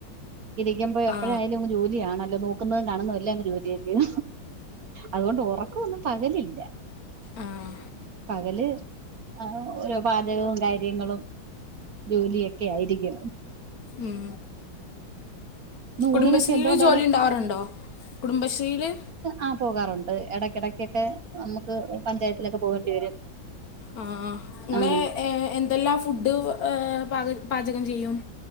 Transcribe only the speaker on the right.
ഇരിക്കുമ്പ എപ്പോഴായാലും
ഇങ്ങ് ജോലിയാണല്ലോ നോക്കുന്നതും കാണുന്നതും എല്ലാ അങ്ങ് ജോലിയായിരിക്കും അതുകൊണ്ട് ഉറക്കമൊന്നും പകലില്ല
പകല് ആഹ് ഓരോ പാചകവും കാര്യങ്ങളും ജോലിയൊക്കെ ആയിരിക്കും
ഇന്ന്
ഊണിനൊക്കെ എന്തുകൊണ്ടാണ്
ആഹ് പോകാറുണ്ട് ഇടയ്ക്കിടക്കൊക്കെ നമുക്ക് പഞ്ചായത്തിലൊക്കെ പോകേണ്ടി വരും
ആ